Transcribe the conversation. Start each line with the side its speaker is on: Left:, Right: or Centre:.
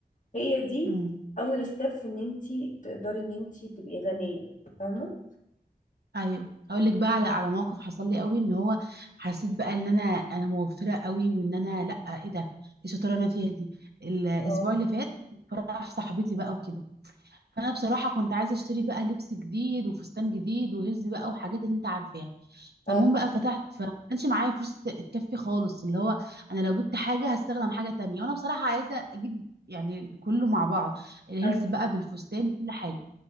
Left: هي دي
Right: امم
Left: اول ستيب في ان انتي تقدري ان انتي تبقي غنيه فاهمه
Right: ايوه اقول لك بقى على على موقف حصل لي قوي ان هو حسيت بقى ان انا انا موفره قوي وان انا لا ايه ده ايه الشطاره اللي انا فيها دي الاسبوع
Left: اه
Right: اللي فات فرح صاحبتي بقى وكده فانا بصراحه كنت عايزه اشتري بقى لبس جديد وفستان جديد وهز بقى وحاجات اللي انت عارفاها فالمهم
Left: اه
Right: بقى فتحت فما كانش معايا فلوس تكفي خالص اللي هو انا لو جبت حاجه هستخدم حاجه تانية وانا بصراحه عايزه اجيب يعني كله مع بعض الهيلز
Left: ايوه
Right: بقى بالفستان بكل حاجه